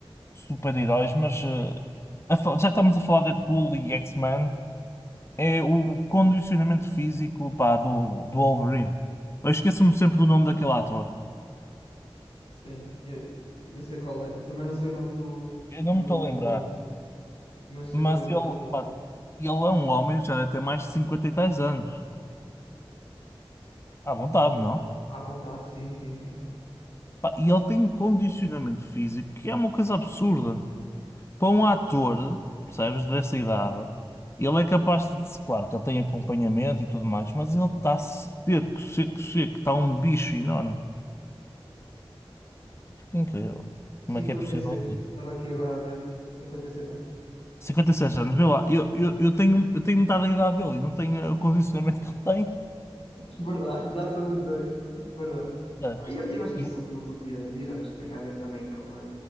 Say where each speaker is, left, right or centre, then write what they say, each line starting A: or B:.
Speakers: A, on the left (about 30°); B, on the left (about 75°).
A: de super-heróis, mas eh, a fa- já estamos a falar de Deadpool e X-Men. é o condicionamento físico, pá, do, do Wolverine. Eu esqueço-me sempre do nome daquele ator.
B: Sim, eu, eu sei qual é. Também não sei o nome do,
A: Eu não
B: do,
A: me estou
B: do
A: a lembrar.
B: Wolverine, mas sei
A: Mas
B: qual é que
A: ele,
B: estás a falar.
A: pá, ele é um homem, já deve ter mais de 50 e tais anos. À vontade,
B: À vontade,
A: não?
B: à vontade, sim, sim, sim.
A: Pá, e ele tem um condicionamento físico que é uma coisa absurda. Para um ator, percebes, dessa idade, ele é capaz de... Claro que ele tem acompanhamento e tudo mais, mas ele está seco, seco, seco. Está um bicho enorme. Incrível. Como
B: cinquenta
A: é que é possível?
B: e seis estava aqui agora a ver, 56 anos.
A: 56 anos, vê lá, eu, eu, eu tenho, eu tenho metade da idade dele e não tenho eh, o condicionamento que ele tem,
B: Verdade, já somos dois. Verdade.
A: sabes?
B: Ah, E eu, eu acho que
A: E-
B: isto são filosofias de vida, acho que tem a ver também com, a-